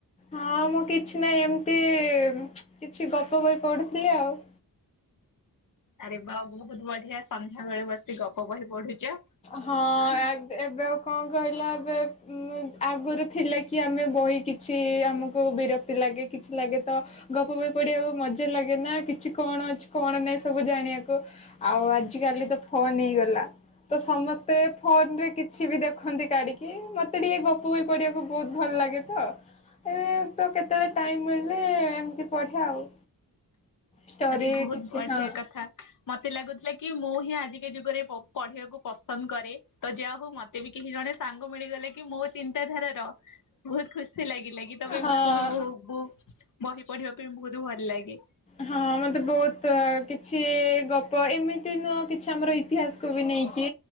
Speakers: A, on the left; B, on the left.
A: ହଁ ମୁଁ କିଛି ନାଇଁ ଏମିତି କିଛି ଗପ ବହି ପଢୁଥିଲି ଆଉ।
B: ଆରେ ବା ବହୁତ ବଢିଆ ସନ୍ଧ୍ୟା ବେଳେ ବସି ଗପ ବହି ପଢୁଚ।
A: ହଁ, ଆ ଏବେ ଆଉ କଁ କହିଲ ଏବେ ଆଗୁରୁ ଥିଲା କି ଆମେ ବହି କିଛି ଆମକୁ ବିରକ୍ତି ଲାଗେ କିଛି ଲାଗେ ତ ଗପ ବହି ପଢିଆକୁ ମଜା ଲାଗେ ନା କିଛି କଣ ଅଛି କଣ ନାଇଁ ସବୁ ଜାଣିବାକୁ। ଆଉ ଆଜିକାଲି ତ ଫୋନ ହେଇଗଲା। ତ ସମସ୍ତେ ଫୋନରେ କିଛି ବି ଦେଖନ୍ତି କାଡିକି ମତେ ଟିକେ ଗପ ବହି ପଢ଼ିବାକୁ ବହୁତ ଭଲ ଲାଗେ। ତ ଏ ତ କେତେବେଳେ ଟାଇମ ମିଳିଲେ ଏମିତି ପଢେ ଆଉ। ଷ୍ଟୋରି
B: ଆରେ ବହୁତ
A: କିଛି
B: ବଢିଆ
A: ହଁ
B: କଥା ମତେ ଲାଗୁଥିଲା କି ମୁଁ ହିଁ ଆଜିକା ଯୁଗରେ ପଢିବାକୁ ପସନ୍ଦ କରେ, ତ ଯାହା ହଉ ମତେ ବି କେହି ଜଣେ ସାଙ୍ଗ ମିଳିଗଲେ କି ମୋ ଚିନ୍ତାଧାରାର ବହୁତ ଖୁସି ଲାଗିଲା କି ତମେ
A: ହଁ।
B: ବ ବ ବହି ପଢିବା ପାଇଁ ବହୁତ ଭଲ ଲାଗେ।
A: ହଁ ମତେ ବହୁତ କିଛି ଗପ ଏମିତି ନୁହଁ କିଛି ଆମର ଇତିହାସକୁ ବି ନେଇକି